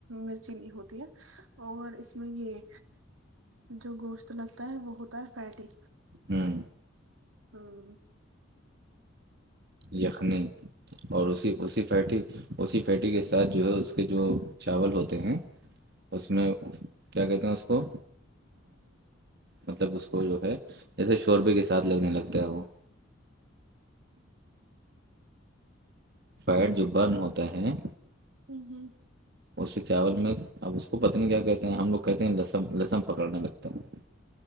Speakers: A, on the right; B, on the right.
A: مرچینی ہوتی ہے اور اس میں یہ جو گوشت لگتا ہے وہ ہوتا ہے فیٹی
B: ہوں
A: ہاں
B: یخنی اور اسی اسی پیٹیھی اسی پیٹی کے ساتھ جو ہے اس کے جو چاول ہوتے ہیں اس میں کیا کہتے ہیں اس کو مطلب اس کو جو ہے جیسے شوربے کے ساتھ لگنے لگتا ہے وہ فائٹ جو برن ہوتا ہے
A: جی جی
B: اس سے چاول میں اب اس کو پتہ نہیں کیا کہتے ہیں ہم لوگ کہتے ہیں لسم لسن پکڑنے لگتا ہے